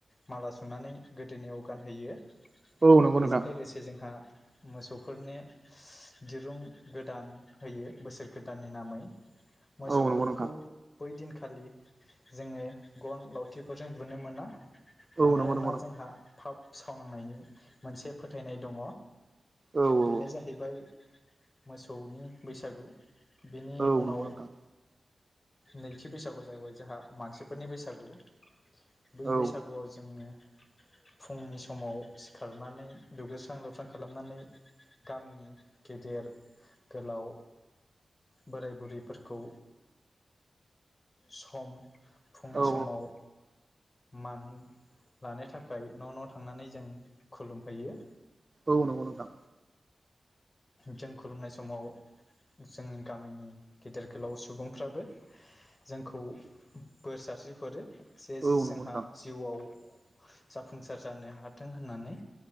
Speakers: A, on the left; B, on the right.
A: माला सुनानै गोदोनायाव गानहैयो।
B: औ नंगौ
A: बेजों
B: नोंथां
A: लोगोसे जोंहा मोसौफोरनो दिरुं गोदान होयो बोसोर गोदाननि नामै मोसौफोरखौ।
B: औ नंगौ नोंथां
A: बै दिनखालि जोङो गन लावथिफोरजों बुनो मोना
B: औ
A: मानोनोना
B: नंगौ नोंथां
A: जोंहा थाब सावनांनायनि मोनसे फोथायनाय दङ
B: औ औ
A: बेनो जाहैबाय मोसौनि बैसागु बेनि
B: औ
A: उनाव
B: नंगौ नोंथां
A: नैथि बैसागुआव जाहैबाय जोंहा मानसिफोरनि बैसागु बै
B: औ
A: बैसागुआव जोङो फुंनि समाव सिखारनानै दुगैस्रां लोबस्रां खालामनानै गामिनि गेदेर गोलाव बोराय बुरैफोरखौ सम फुंनि
B: औ
A: समाव मान लानो थाखाय न' न' थांनानै जों खुलुमहैयो
B: औ नंगौ नोंथां
A: जों खुलुमनाय समाव जोंनि गामिनि गेदेर गोलाव सुबुंफ्राबो जोंखौ बोर सारस्रि हरो जे
B: औ
A: जोंहा
B: नंगौ नोंथां
A: जिउआव जाफुंसार जानो हाथों होननानै